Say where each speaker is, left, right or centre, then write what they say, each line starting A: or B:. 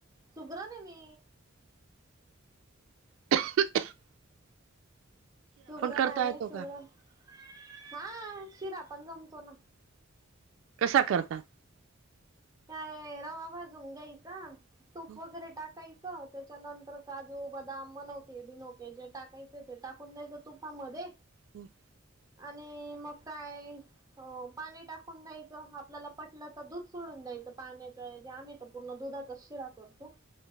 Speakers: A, on the right (about 15°); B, on the right (about 65°).
A: सुुग्रने मी
B: ह <unintelligible>
A: सुग्रण
B: करता
A: आहे
B: येतो
A: मी सुग्रण
B: का
A: हा शिरा पण जमतो ना.
B: कसा करता?
A: त्या रवा भाजून घ्यायचा तूप
B: हम्म,
A: वगैरे टाकायचं त्याच्यानंतर काजू बदाम बनवके बिनोके जे टाकायचे ते टाकून दयच तूपा मध्ये
B: हम
A: आणि मग काय हो पाणी टाकून द्यायचं आपल्याला पटलं तर दूध सोडून्या दायच पाण्याचय आम्ही तर पूर्ण दुधाचाच शिरा करतो.